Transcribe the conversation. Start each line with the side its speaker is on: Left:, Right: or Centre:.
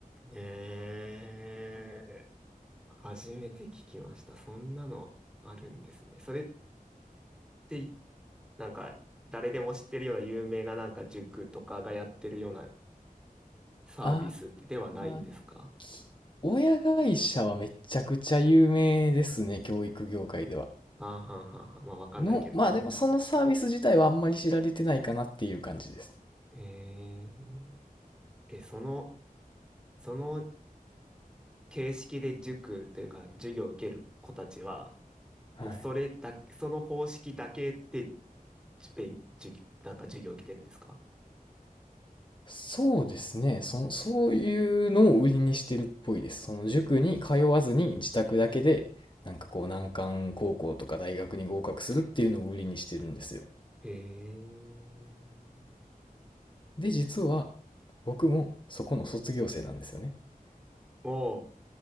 Centre: ええ初めて聞きました。そんなのあるんですね。それって、なんか、誰でも知ってるような有名ななんか塾とかがやってるようなサービスではないんですか
Left: あー、親会社はめちゃくちゃ有名ですね、教育業界では。
Centre: ああ、はんはんはん。まあ、わかんないけど。
Left: の、まあでもそのサービス自体はあんまり知られてないかなっていう感じです。
Centre: うん。へえ。え、その、その形式で塾というか、授業を受ける子たちは、
Left: はい。
Centre: もうそれだけ、その方式だけで、じ勉授業、なんか授業を受けてるんですか
Left: そうですね。その、そういうのを売りにしてるっぽいです。その塾に通わずに自宅だけで、なんかこう難関高校とか大学に合格するっていうのを売りにしてるんですよ。
Centre: へえ。
Left: で、実は僕もそこの卒業生なんですよね。
Centre: おう、